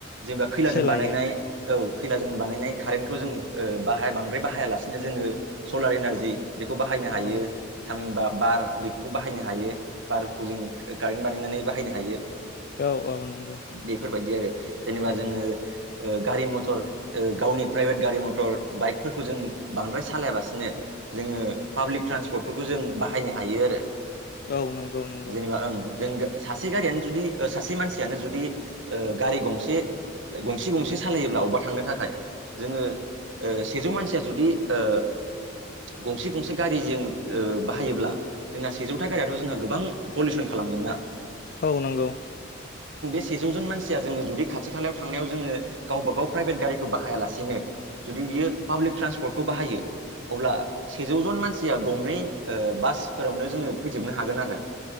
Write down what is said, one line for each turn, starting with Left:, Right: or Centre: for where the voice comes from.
Right: जेनेबा खैलाजों
Left: सोलायो
Right: बानायनाय औ खैलाजों बानायनाय कारेन्टखौ जों ओ बाहाय बांद्राय बाहायालासिनो जोङो सलार इनारजि बेखौ बाहायनो हायो
Left: औ
Right: थामहिनबा बार बेफोरखौ बाहायनो हायो बारखौ जों कारेन्ट बानायनानै बाहायनो हायो।
Left: औ औ नंगौ
Right: बेफोरबायदि आरो जेनेबा
Left: औ
Right: जोङो ओ गारि मथर ओ गावनि प्राइभेट गारि मटर बाइकफोरखौ जों बांद्राय सालायाबासिनो जोङो पाब्लिक ट्रान्सपर्टफोरखौ जों बाहायनो हायो आरो।
Left: औ नंगौ नंगौ
Right: जेनेबा ओं जों सासे गारियानो जुदि सासे मानसियानो जुदि गारि गं गसे गंसे गंसे सालायोब्ला अबबा थांनो थाखाय जोङो ओ सेजौ मानसिया जुदि ओ गंसे गंसे गारि जों ओ बाहायोब्ला जोंहा सेजौथा गारियाथ' जोंहा गोबां पलिउसन खालाम खालामगोन ना?
Left: औ नंगौ।
Right: सेजौ जन मानसिया जोङो जुदि खाथि खालायाव थांनायाव जोङो गाव बागाव प्राइभेट गारिखौ बाहायालासेनो जुदि बियो पाब्लिक ट्रान्सपर्टखौ बाहायो अब्ला सेजौ जन मानसिया गंनै ओ बासफोरावनो जोङो फैजोबनो हागोन आरो।